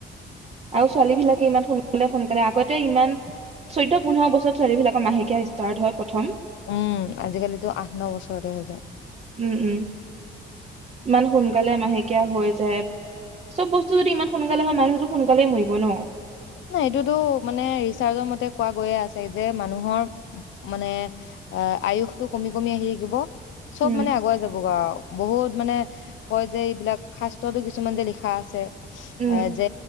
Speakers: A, on the right; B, on the left.
A: ', আৰু ছোৱালী বিলাকে ইমান শুন লে সোনকালে আগতে ইমান চৈধ্য পোন্ধৰ বছৰ ছোৱালী বিলাকৰ মাহেকীয়া ষ্টাৰ্ট হয় প্ৰথম
B: উম আজিকালিতো আঠ ন বছৰতে হৈ যায়
A: উম', - উম ', ইমান সোনকালে মাহেকীয়া হৈ আছে। জে চব বস্তু যদি ইমান সোনকালে হয় মানুহটো সোনকালে মৰিব ন
B: নাই এইটোতো মানে ৰিচাৰ্চৰ মতে কোৱা গৈয়ে আছে যে মানুহৰ মানে আয়ুসটো কমি কমি আহি থাকিব চব
A: উম
B: মানে আগুৱাই যাব গে আও বহুত মানে কয় যে এইবিলাক শাস্ত্ৰতো কিছুমান যে লিখা আছে <unintelligible>
A: উম
B: অ যে